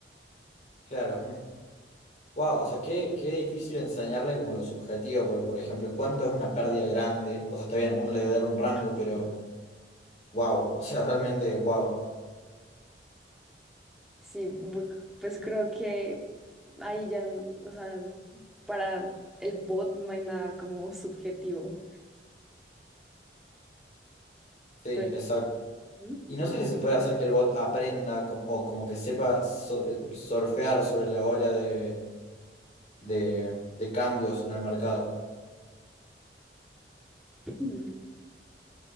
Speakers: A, on the left; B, in the centre.
A: Claro. Wow, o sea, qué, qué difícil enseñarle como lo subjetivo, porque por ejemplo, cuánto es una pérdida grande, o sea, está bien, uno le debe dar un rango,
B: Sí.
A: pero wow, o sea, realmente wow.
B: Sí, bu- pues creo que ahí ya, n- o sea, para el bot no hay nada como subjetivo,
A: Sí,
B: pero
A: exacto.
B: ¿Mm?
A: Y no sé si se puede hacer que el bot aprenda com- o como que sepa so- eh, surfear sobre la ola de, de, de cambios en el mercado.
B: mm,